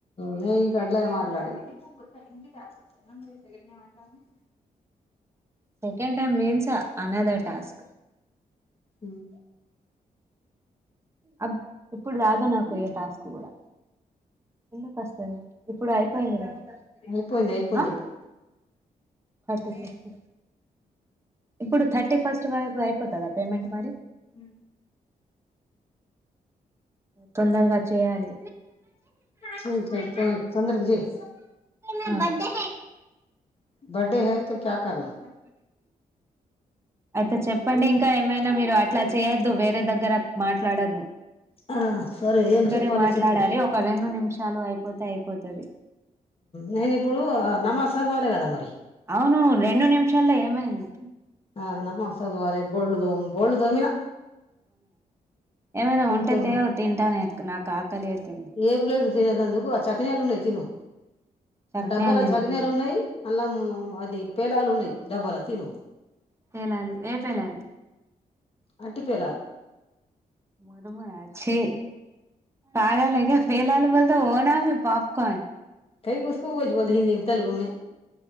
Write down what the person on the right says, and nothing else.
second time means another task
అబ్ ఇప్పుడు రాదు నాకు ఏ టాస్క్ కూడా ఎందుకు వస్తది ఇప్పుడు అయిపోయింది కదా
ఆ
థర్టీ ఫస్ట ఇప్పుడు థర్టీ ఫస్ట్ వరకు అయిపోతదా పేమెంట్ మరి
తొందరగా చేయ్యాలి
హ
వన్ డే కూలి అయితే చెప్పండి ఇంకా ఏమైనా మీరు అట్లా చేయొద్దు వేరే దగ్గర క్ మాట్లాడొద్దు
ఇక్కడే
మాట్లాడాలి
ఒక రెండు నిమిషాలు అయిపోతే అయిపోతాది
అవును రెండు నిమిషాల్లో ఏమైంది
ఏమైనా ఉంటే
తెవో తింటానే నాకు ఆకలి ఎస్తుంది
చక్నాలు
నేను
తిన
పేలాలు ఏ పేలాలు
మురముర ఛీ పగాలెగ పేలాలు ఒల్ త్త ఒడామె పాప్ కార్న్